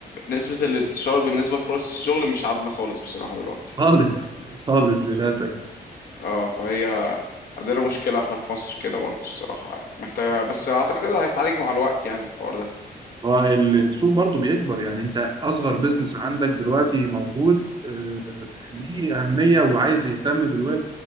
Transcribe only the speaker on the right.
خالص خالص للاسف
والسوق برضو بيكبر يعني انت اصغر بيزنس عندك دلوقتي موجود آه، ليه اهميه وعايز يهتم بالويب